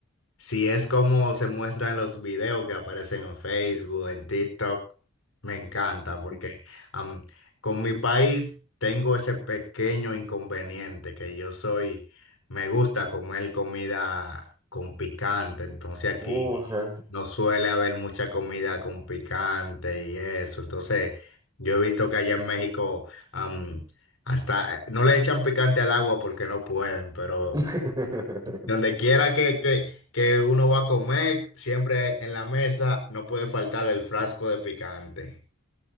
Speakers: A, on the left; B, on the right.
A: Si es como se muestran los videos que aparecen en Facebook, en TikTok, me encanta
B: pues,
A: porque am, con mi país tengo ese pequeño inconveniente que yo soy, me gusta comer comida con picante, entonces aquí
B: Uh, ajá.
A: no suele haber mucha comida con picante y eso, entonces yo he visto que allá en México am, hasta eh, no le echan picante al agua porque no pueden, pero
B: <laughs>
A: donde quiera que, que, que uno va a comer, siempre en la mesa no puede faltar el frasco de picante.